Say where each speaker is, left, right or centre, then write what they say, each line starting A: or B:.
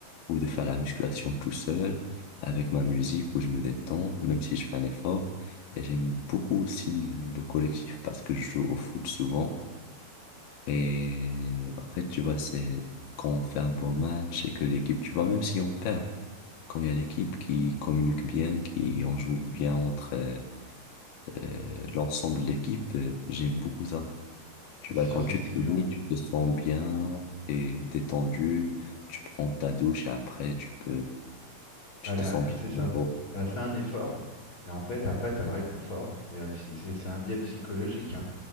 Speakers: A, on the left (about 70°); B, on the left (about 40°).
A: ou de faire la musculation tout seul avec ma musique où je me détends, même si je fais un effort. Et j'aime beaucoup aussi le collectif parce que je joue au foot souvent. Et en fait, tu vois, c'est quand on fait un bon match et que l'équipe, tu vois, même si on perd, quand il y a l'équipe qui communique bien, qui en joue bien entre euh, euh, l'ensemble de l'équipe, euh, j'aime beaucoup ça. Tu
B: Bah, C'est
A: vois,
B: sûr,
A: quand
B: c'est
A: tu
B: stimulant.
A: finis, tu te sens bien, t'es détendu, tu prends ta douche et après tu peux, tu
B: Bah, là,
A: te sens bien.
B: c'est ça.
A: En gros.
B: Tu as fait un effort et en fait, après, tu as le réconfort. C'est euh, psy- c'est- c'est un biais psychologique, hein.